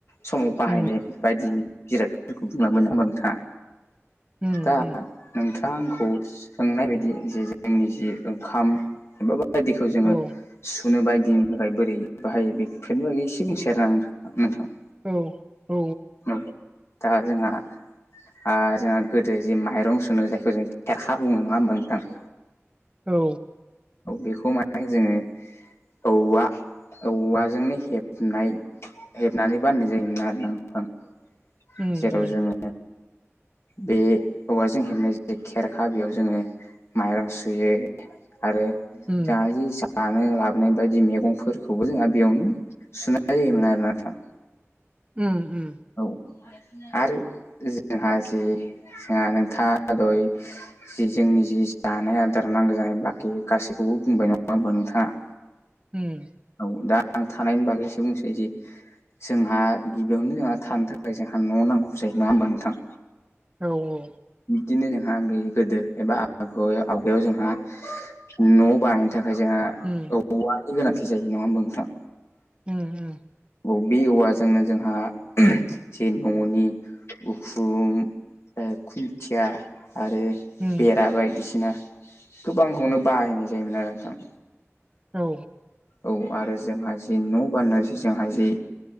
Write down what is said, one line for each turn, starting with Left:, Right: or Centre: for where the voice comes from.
Left: समाव बाहायनाय
Right: उम
Left: बायदि जिरादफोरखौ बुंलङोन नामा नोंथाङा?
Right: उम-उम
Left: दा नोंथाङा आंखौ सोंनाय बायदि जे जोंनि जि ओंखाम एबा बायदिखौ जोङो
Right: औ
Left: सुनो बायदिनि थाखाय बोरै बाहायो बेफोरनि बागै एसे बुंसै आरो आं नोंथां।
Right: औ औ
Left: औ दा जोंहा आ जोंहा गोदो जि माइरं सुनो जायखौ जों खेरखा बुङो नङा होनबा नोंथां?
Right: औ
Left: औ बेखौ माने जोङो औवा औवाजोंनो हेबनाय हेबनानै बाननाय जायोमोन आरोना नोंथां।
Right: उम-उम
Left: जेराव जोङो बे औवाजों हेबनाय जे खेरखा बेयाव जोङो माइरं सुयो। आरो
Right: उम
Left: दायि जानो लाबोनाय बायदि मैगंफोरखौबो जोंहा बेयावनो सुनाय जायोमोन आरो नथां।
Right: उम-उम
Left: औ आरो जोंहा जि जोंहा नोंथाङा दहय जि जोंनि जि जानाय आदार नांगौ जानाय बाखि गासैखौबो बुंबाय नङा होमबा नोंथाङा?
Right: उम
Left: औ दा आं थानायनि बागै एसे बुंसै जि जोंहा गिबियावनो जोंहा थानो थाखाय जोंहा न' नांगौ जायो नङा होमबा नोंथां?
Right: औ-औ
Left: बिदिनो जोंहा गोदो एबा आग आवगायाव जोंहा न' बानायनो थाखाय जोंहा
Right: उम
Left: औवानि गोनांथि जायो नङा होमबा नोंथां?
Right: उम-उम
Left: औ बबे औवाजोंनो जोंहा जे न'नि गुखुम खुन्थिया आरो
Right: उम
Left: बेरा बायदिसिना। गोबांखौनो बाहायनाय जायोमोन आरो नोंथां
Right: औ
Left: औ आरो जोंहा जि न' बान्नाय जि जोंहाय जि